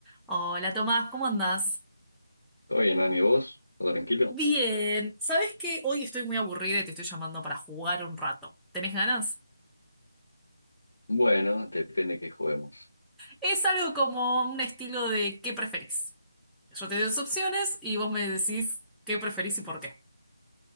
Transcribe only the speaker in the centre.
Hola Tomás, ¿cómo andás?
Bien, ¿sabes qué? Hoy estoy muy aburrida y te estoy llamando para jugar un rato. ¿Tenés ganas?
Es algo como un estilo de ¿qué preferís? Yo te doy dos opciones y vos me decís qué preferís y por qué.